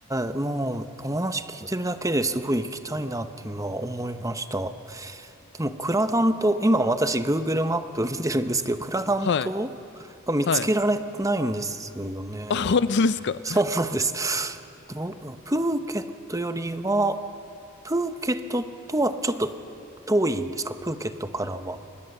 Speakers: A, on the right (about 15°); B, on the left (about 55°).
A: ー、もう、お話聞いてるだけですごい行きたいなって今思いました。でも、クラダン島、今私 Google マップ <laughs> 見てるんですけど、クラダン島が見つけられてないんですよね。
B: はい、はい。あ、本当ですか。
A: そうなんです。どうプーケットよりは、プーケットとはちょっと遠いんですかプーケットからは。